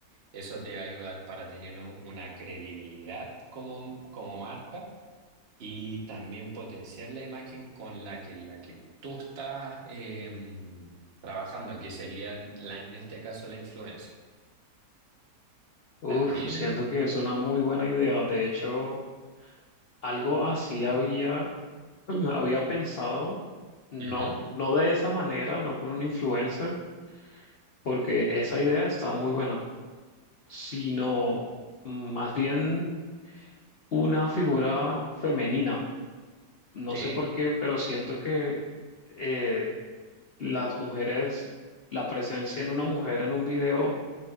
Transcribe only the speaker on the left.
uf,
siento que es una muy buena idea, de hecho. Algo así había, <clears throat> había pensado, no,
no de esa manera, no con un influencer, porque esa idea está muy buena, sino más bien una figura femenina. No
sé por qué, pero siento que eh, las mujeres, la presencia en una mujer en un video